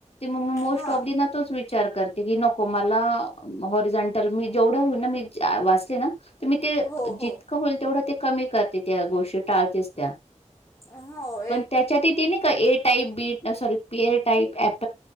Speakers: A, on the left; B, on the left.
A: मग म मोस्ट
B: हां
A: ऑफ द ना. तोच विचार करते की नको मला हॉरिझंटल मी जेवढं होईन ना मी वाचले ना. तर मी ते
B: हो
A: जितकं
B: हो
A: होईल तेवढं ते कमी करते त्या गोष्टी टाळतेच त्या.
B: ह
A: पण त्याच्यात ते नाही का A type B sorry pear type प.